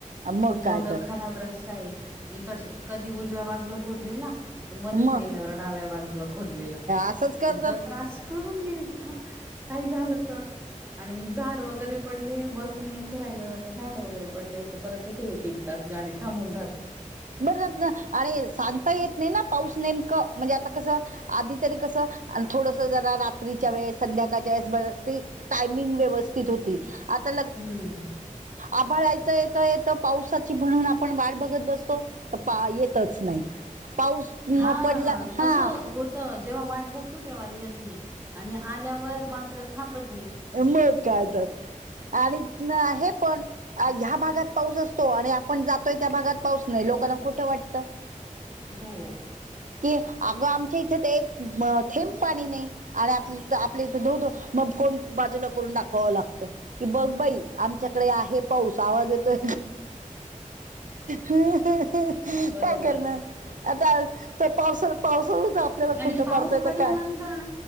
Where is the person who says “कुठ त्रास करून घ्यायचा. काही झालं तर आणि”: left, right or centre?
Right